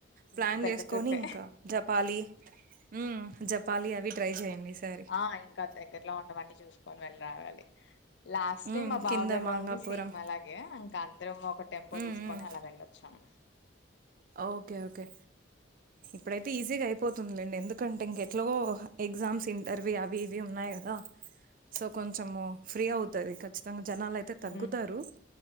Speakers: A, on the left; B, on the right.
A: హ్మ్.
B: ప్లాన్
A: పెద్ద
B: చేసుకొని
A: ట్రిప్పే
B: ఇంకా జపాలి హ్మ్. జపాలి అవి ట్రై చేయండి ఈసారి.
A: ఆ ఇంకా దగ్గరలో ఉండవన్న చూసుకొని వెళ్ళి రావాలి లాస్ట్
B: హ్మ్.
A: టైమ్ మా బావగారు
B: కింద మంగాపురం.
A: వాళ్ళది సేమ్ అలాగే ఇంకా అందరం ఒక టెంపో
B: హ్మ్.
A: తీసుకొని
B: హ్మ్.
A: అలా వెళ్ళొచ్చు. హు
B: ఓకే ఓకే ఇప్పుడైతే ఈజిగా అయి పోతుందిలేండి. ఎందుకంటే ఇంకెట్లో ఎగ్జామ్స్, ఇంటర్వ్యూ అవి ఇవి ఉన్నాయి కదా. సో కొంచము ఫ్రీ అవుతాది, ఖచ్చితంగా జనాలు అయితే తగ్గుతారు.
A: హ్మ్.